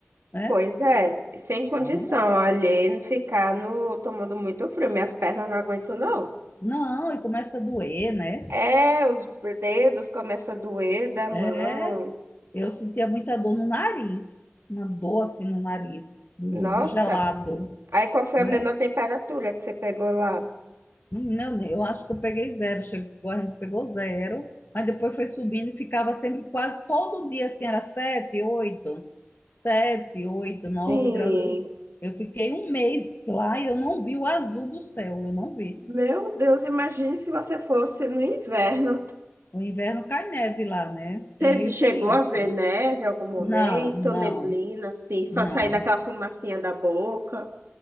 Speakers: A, on the left; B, on the right.
A: né?
B: Pois é, sem condição,
A: Tá arrumada.
B: olhei ficar no, tomando muito frio, minhas pernas não aguentam não.
A: Não, e começa a doer, né?
B: É, os dedos começam a doer da mão.
A: É, eu sentia muita dor no nariz, uma dor assim no nariz, do, do,
B: Nossa,
A: do gelado,
B: aí qual foi
A: né?
B: a menor temperatura que você pegou lá?
A: Não, eu acho que eu peguei zero. Chegou, a gente pegou zero, mas depois foi subindo e ficava sempre quase todo dia assim, era sete, oito, sete, oito, nove
B: Sim,
A: graus. Eu eu fiquei um mês lá e eu não vi o azul do céu, eu não vi.
B: meu Deus, imagine se você fosse no inverno.
A: No inverno cai neve lá, né? Tem,
B: Você chegou
A: tem
B: a
A: isso.
B: ver neve em algum momento,
A: Não, não,
B: neblina, assim, fa-
A: não.
B: sair daquela fumacinha da boca?